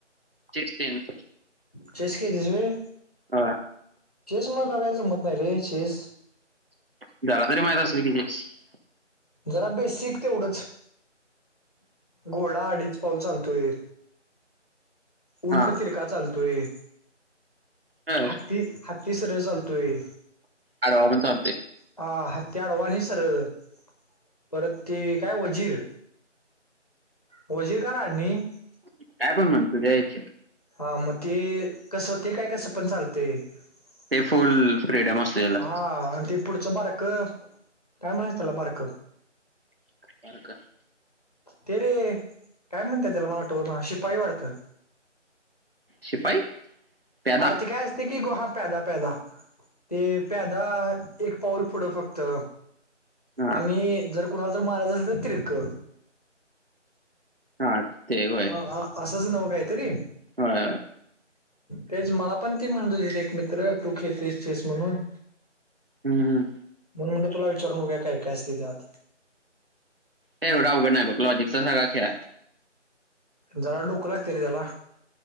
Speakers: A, on the right; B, on the left.
A: चेस तेन.
B: चेस खेळतोस व्हय.
A: हा
B: चेस मला काही जमत नाही रे चेस.
A: <unintelligible>
B: जरा बेसिक तेवढच घोडा अडीच पाऊल चालतोय. उंट
A: हा
B: तिरका चालतोय.
A: तर
B: हत्ती हाती सरळ चालतोय.
A: आडवा पण चालतोय.
B: आ, हत्ती आडवा अणि सरळ परत ते काय वजीर- वजीर का राणी?
A: काय पण म्हण तुझ्या <unintelligible>
B: हा मग ते, कसं ते काय कसं पण चालते. <unintelligible>
A: ते फुल फ्रीडम असते त्याला
B: हा आणि ते- पुढचं, बारक काय म्हणायचं त्याला बारक?
A: <unintelligible>
B: ते रे, काय म्हणते त्याला मला आठवणा <unintelligible> शिपाई वाटतं?
A: शिपाई? प्यादा
B: आर ते काय असतय की, <unintelligible> हा प्यादा, प्यादा. ते प्यादा एक पाऊल पुढं फक्त.
A: हा
B: आणि जर कुणाला तर मारायचं असेल तर तिरक.
A: हा, ते व्हय.
B: हा, हा, असंच नव काहीतरी?
A: होय होय
B: तेच मला पण ती म्हणत होती एक मित्र तू खेळतयस चेस म्हणून.
A: हम्म.
B: म्हणून म्हटल तुला विचारून बघू्या, काय-काय असतं त्यात?
A: ते एवढा अवघड नाही बघ, लॉजिकचा सगळा खेळ आहे.
B: जरा डोक लागत रे त्याला.